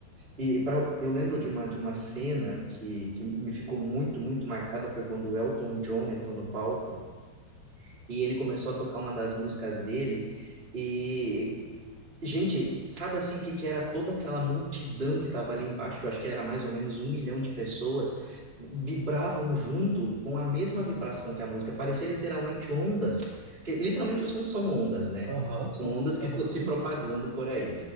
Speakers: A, on the right; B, on the right.
A: E pra, eu lembro de uma, de uma cena que, que me ficou muito, muito marcada, foi quando o Elton John entrou no palco e ele começou a tocar uma das músicas dele, e Gente, sabe assim o que que era toda aquela multidão que estava ali embaixo, que eu acho que era mais ou menos um milhão de pessoas, vibravam junto com a mesma vibração que a música, parecia literalmente ondas, que literalmente o som são ondas, né?
B: aham,
A: São ondas que
B: aham,
A: estão se
B: sim.
A: propagando por aí.